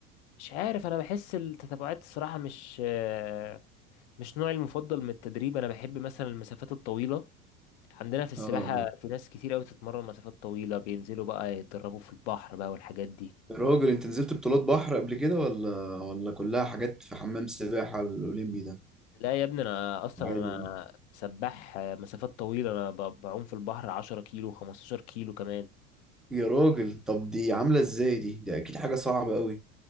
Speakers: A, on the left (about 50°); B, in the centre.
A: مش عارف انا بحس التتابعات الصراحة مش آه، مش نوعي المفضل من التدريب انا بحب مثلا المسافات الطويلة عندنا في السباحة
B: اه آه.
A: في ناس كتير قوي تتمرن مسافات طويلة بينزلوا بقى يتدربوا في البحر بقى والحاجات دي
B: يا راجل انت نزلت بطولات بحر قبل كده ولا ولا كلها حاجات في حمام سباحة الأولمبي ده
A: لا يا ابني انا اصلا
B: عادي يعني
A: انا سباح آه، مسافات طويلة انا ب- بعوم في البحر 10 كيلو 15 كيلو كمان
B: يا راجل طب دي عاملة ازاي دي ده اكيد حاجة صعبة قوي